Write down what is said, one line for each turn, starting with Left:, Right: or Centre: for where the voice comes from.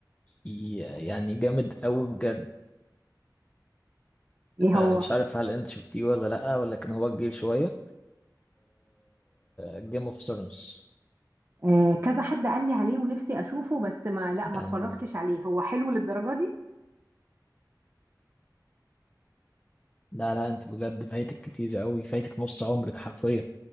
Left: ي- يعني جامد قوي بجد
Right: ايه
Left: آه،
Right: هو
Left: مش عارف هل انت شفتيه ولا لا ولكن هو كبير شويه جيم اوف ثرونز
Right: آه كذا حد قال لي عليه ونفسي اشوفه بس ما لا ما
Left: يعني
Right: اتفرجتش عليه هو حلو للدرجة دي
Left: لا لا انت بجد فايتك كتير قوي فايتك نص عمرك حرفيا